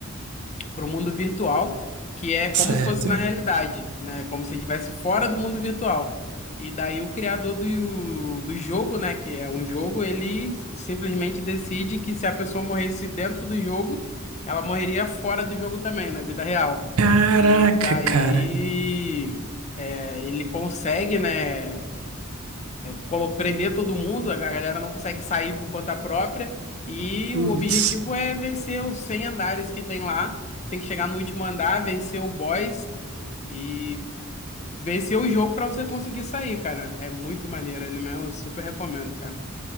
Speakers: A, on the left (about 35°); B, on the right (about 85°).
A: para o mundo virtual, que é como
B: certo?
A: se fosse na realidade, né? Como se estivesse fora do mundo virtual. E daí o criador do, do jogo, né, que é um jogo, ele simplesmente decide que se a pessoa morresse dentro do jogo, ela morreria fora do jogo também, na vida real.
B: Caraca,
A: E daí
B: cara,
A: é, ele consegue, né? colo- prender todo mundo, a galera não consegue sair por conta própria, e
B: putz.
A: o objetivo é vencer os 100 andares que tem lá. Você tem que chegar no último andar, vencer o boss e vencer o jogo para você conseguir sair, cara. É muito maneiro, ele mesmo, eu super recomendo, cara.